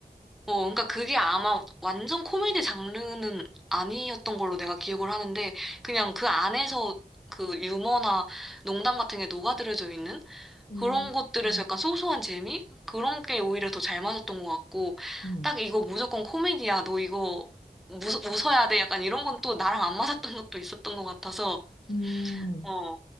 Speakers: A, in the centre; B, on the left.
A: 어, 그러니까 그게 아마 완전 코미디 장르는 아니었던 걸로 내가 기억을 하는데 그냥 그 안에서 그 유머나 농담 같은 게 녹아들어져 있는
B: 음,
A: 그런 것들에서
B: 음,
A: 약간 소소한 재미? 그런 게 오히려 더 잘 맞았던 것 같고
B: 응.
A: 딱 이거 무조건 코미디야. 너 이거 웃, 웃어야 돼. 약간 이런 건 또 나랑 안 맞았던 것도 있었던 것 같아서
B: 음,
A: 어.